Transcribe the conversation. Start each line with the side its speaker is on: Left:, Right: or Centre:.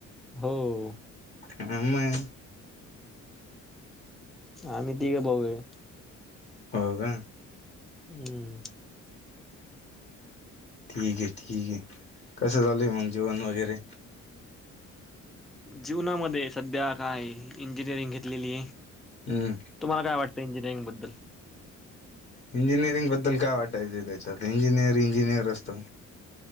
Centre: हो
Left: आ म
Centre: आम्ही तिघे भाऊ आहे
Left: हो वा
Centre: हम्म हम्म
Left: ठीक आहे ठीक आहे कसं झालं मग जेवण वगैरे
Centre: जीवनामध्ये सध्या काय इंजिनिअरिंग घेतलेली
Left: हम्म
Centre: तुम्हाला काय वाटतं इंजिनिअरिंग बद्दल
Left: इंजिनिअरिंग बद्दल काय वाटायचं त्याच्यात इंजिनिअर इंजिनियर असतो